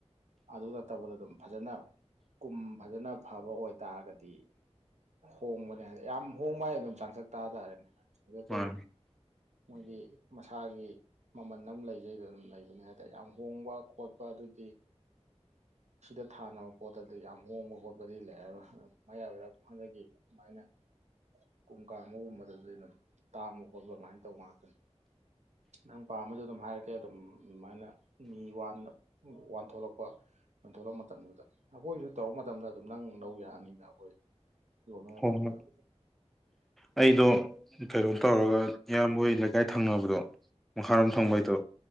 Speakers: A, on the right; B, in the centre.
A: ꯑꯗꯨ ꯅꯠꯇꯕꯗ ꯑꯗꯨꯝ ꯐꯖꯅ ꯀꯨꯝ ꯐꯖꯅ ꯐꯕ ꯑꯣꯏꯇꯥꯔꯒꯗꯤ ꯍꯣꯡꯕꯅꯦ ꯍꯥꯏꯗꯤ ꯌꯥꯝ ꯍꯣꯡꯕ ꯍꯥꯏ ꯑꯗꯨꯝ ꯆꯥꯡꯁꯛ ꯇꯥꯇꯥꯔꯦꯅꯦ <unintelligible>
B: ꯃꯥꯅꯦ
A: ꯃꫭꯏꯒꯤ ꯏꯁꯥꯒꯤ ꯃꯃꯜ ꯑꯃ ꯂꯩꯖꯩꯗꯣ ꯑꯗꯨꯝ ꯂꯩꯕꯅꯦ ꯍꯥꯏꯇꯥꯔꯦ ꯌꯥꯝ ꯍꯣꯡꯕ ꯈꯣꯠꯄ ꯑꯗꯨꯗꯤ ꯁꯤꯗ ꯊꯥꯅꯕ ꯄꯣꯠꯇꯗꯤ ꯌꯥꯝ ꯍꯣꯡꯕ ꯈꯣꯠꯄꯗꯤ ꯂꯩꯔꯔꯣꯏ ꯃ ꯑꯣꯏꯔ ꯗꯒꯤ ꯑꯗꯨꯃꯥꯏꯅ ꯄꯨꯡ ꯀꯥꯡꯥ ꯑꯃꯒꯨꯝꯕꯗꯗꯤ ꯑꯗꯨꯝ ꯇꯥꯡꯕ ꯈꯣꯠꯂ ꯑꯗꯨꯃꯥꯏꯅ ꯇꯧ ꯉꯥꯛꯇꯅꯤ ꯅꯪ ꯄꯥꯝꯃꯁꯨ ꯑꯗꯨꯝ ꯍꯥꯏꯔꯛꯦ ꯁꯦ ꯑꯗꯨꯝ ꯑꯗꯨꯃꯥꯏꯅ ꯋꯥꯟ ꯋꯥꯟ ꯊꯣꯛꯂꯛꯄ ꯋꯥꯟ ꯊꯣꯛꯂꯛ ꯃꯇꯝꯗꯨꯗ ꯑꯩꯈꯣꯏꯁꯨ ꯇꯧꯔ ꯃꯇꯝꯗ ꯑꯗꯨꯝ ꯅꯪ ꯂꯧ ꯌꯥꯛꯑꯅꯤꯗ ꯑꯩꯈꯣꯏ ꯌꯣꯟꯕ
B: ꯍꯣꯏ
A: ꯃꯇꯝꯗꯨꯗ
B: ꯍꯣꯏ ꯑꯩꯗꯣ ꯀꯩꯅꯣ ꯇꯧꯔꯒ ꯏꯌꯥꯝꯕꯣꯏ ꯂꯩꯀꯥꯏ ꯊꯪꯅꯕꯗꯣ ꯃꯈꯥꯔꯣꯝ ꯊꯪꯕꯩꯗꯣ
A: ꯎꯝ